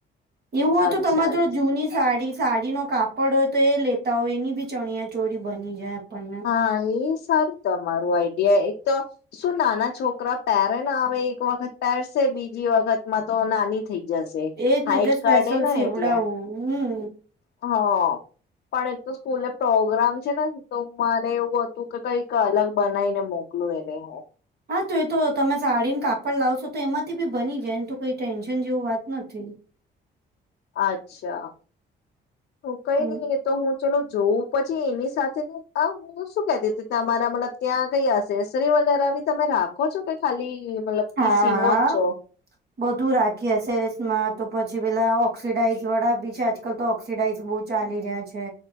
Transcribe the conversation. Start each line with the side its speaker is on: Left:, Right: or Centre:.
Right: એવું હોય
Left: અચ્છા
Right: તો તમારે
Left: અચ્છા
Right: જો જૂની સાડી સાડીનો કાપડ હોય તો એ લેતા હોય, એની બી ચણિયા ચોરી બની જાય. આપણને
Left: હા, એ સારું, તમારું આઈડિયા. એક તો શું નાના છોકરા પહેરે ને હવે એક વખત પહેરસે, બીજી વખતમાં તો નાની થઈ જશે
Right: એજ ને
Left: હાઈટ
Right: એટલે સ્પેશલ
Left: કાઢે ને
Right: સીવડાવું
Left: એટલે
Right: હં.
Left: હા, પણ એક તો સ્કૂલે પ્રોગ્રામ છે ને તો મને એવું હતું કે, કંઈક અલગ બનાઈને મોકલું એને હું.
Right: હા, તો એ તો તમે સાડીન કાપડ લાવશો તો એમાંથી બી બની જાય. એમ તો કઈ ટેન્શન જેવું વાત નથી.
Left: અચ્છા! હઉ, કંઈ
Right: હમ
Left: નઈ એ તો, હું ચલો જોઉં. પછી એની સાથે આ હું શું કેતી તમારા મતલબ ત્યાં કયા અસેસરી વગેરા બી તમે રાખો છો, કે ખાલી મતલબ કી
Right: હા
Left: સીવો
Right: હા
Left: જ છો?
Right: બધું રાખીએ એસેસરીઝ માં. તો પછી પેલા ઓક્સીિડાઇઝ વાળા બી છે, આજકાલ તો ઓક્સીિડાઇઝ બો ચાલી રહ્યા છે.